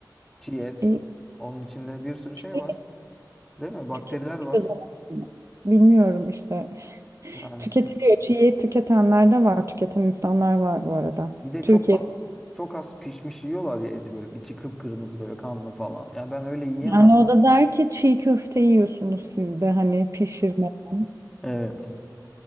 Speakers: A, in the centre; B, on the right.
A: Çiğ et.
B: E,
A: Onun içinde bir sürü şey
B: çiğ et
A: var. Değil mi? Bakteriler
B: tüketiliyor
A: var.
B: zaten. Bilmiyorum işte. <laughs>
A: Yani
B: Tüketiliyor. Çiğ et tüketenler de var. Tüketen insanlar var bu arada.
A: bir de
B: Türkiye'de.
A: çok az çok az pişmiş yiyorlar ya eti böyle içi kıpkırmızı böyle kanlı falan. Ya ben öyle yiyemem.
B: Yani o da der ki çiğ köfte yiyorsunuz siz de hani pişirmeden.
A: Evet.